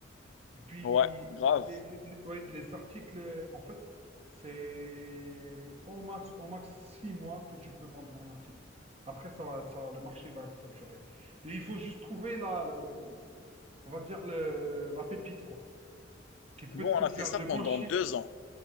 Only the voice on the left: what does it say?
Ouais, grave.
Nous, on
a
fait ça
pendant
deux ans.